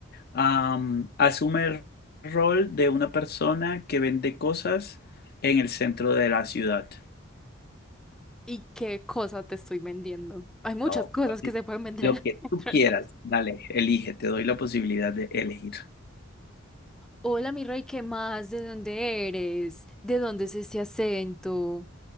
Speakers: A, on the left; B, in the centre.
A: am, asume el rol de una persona que vende cosas en el centro de la ciudad.
B: ¿Y qué cosa te estoy vendiendo? Hay muchas
A: No,
B: cosas
A: pues,
B: que se pueden vender
A: lo que
B: <laughs> dentro
A: tú quieras,
B: de las-
A: dale. Elige, te doy la posibilidad de elegir.
B: Hola, mi rey, ¿qué más? ¿De dónde eres? ¿De dónde es este acento?